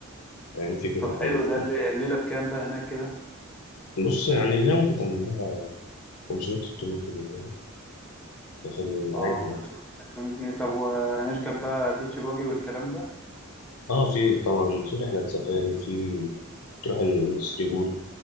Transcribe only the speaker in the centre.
طب حلو
ده
اللي- الليله بكام بقى هناك كده
اه 500
600 جنيه طب وهنركب بقى بيتش باجي والكلام ده